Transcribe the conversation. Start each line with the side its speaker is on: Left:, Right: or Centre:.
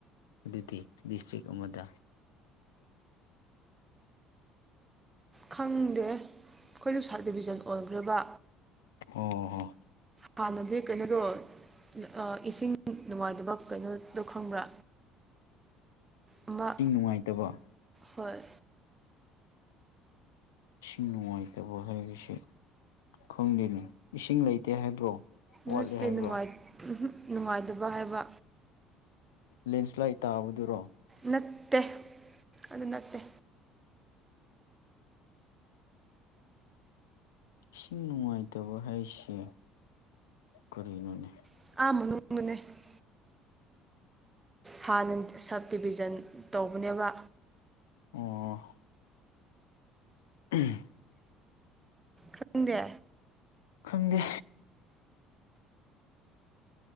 Left: ꯑꯗꯨꯗꯤ ꯗꯤꯁꯇ꯭ꯔꯤꯛ ꯑꯃꯗ
Right: ꯈꯪꯗꯦ ꯑꯩꯈꯣꯏꯁꯨ ꯁꯕ ꯗꯤꯕꯤꯖꯟ ꯑꯣꯏꯈ꯭ꯔꯕ
Left: ꯑꯣꯍꯣ
Right: ꯍꯥꯟꯅꯗꯤ ꯀꯩꯅꯣꯗꯣ ꯑꯥ ꯏꯁꯤꯡ ꯅꯨꯡꯉꯥꯏꯇꯕ ꯀꯩꯅꯣꯗꯣ ꯈꯪꯕ꯭ꯔꯥ
Left: <inaudible>
Right: ꯑꯃ
Left: ꯅꯨꯡꯉꯥꯏꯇꯕ
Right: ꯍꯣꯏ
Left: ꯏꯁꯤꯡ ꯅꯨꯡꯉꯥꯏꯇꯕ ꯍꯥꯏꯕꯁꯦ ꯈꯪꯗꯦꯅꯦ ꯏꯁꯤꯡ ꯂꯩꯇꯦ ꯍꯥꯏꯕ꯭ꯔꯣ ꯋꯥꯠꯂꯦ
Right: ꯅꯠꯇꯦ
Left: ꯍꯥꯏꯕ꯭ꯔꯣ
Right: ꯅꯨꯡꯉꯥꯏ ꯎꯝꯍꯨ ꯅꯨꯡꯉꯥꯏꯇꯕ ꯍꯥꯏꯕ
Left: ꯂꯦꯟꯁ꯭ꯂꯥꯏꯠ ꯇꯥꯕꯗꯨꯔꯣ
Right: ꯅꯠꯇꯦ ꯑꯗꯨ ꯅꯠꯇꯦ
Left: ꯏꯁꯤꯡ ꯅꯨꯡꯉꯥꯏꯇꯕ ꯍꯥꯏꯁꯦ ꯀꯔꯤꯅꯣꯅꯦ
Right: <unintelligible> ꯍꯥꯟꯅ ꯁꯕ ꯗꯤꯕꯤꯖꯟ ꯇꯧꯕꯅꯦꯕ
Left: ꯑꯣ <inaudible>
Right: ꯈꯪꯗꯦ
Left: ꯈꯪꯗꯦ